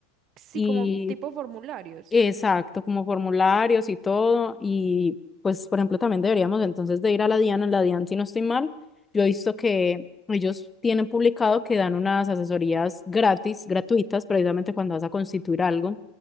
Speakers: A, on the right; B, on the left.
A: Sí,
B: Y
A: como tipo formularios.
B: Exacto, como formularios y todo. Y pues, por ejemplo, también deberíamos entonces de ir a la DIAN. En la DIAN, si no estoy mal, yo he visto que ellos tienen publicado que dan unas asesorías gratis, gratuitas, precisamente cuando vas a constituir algo.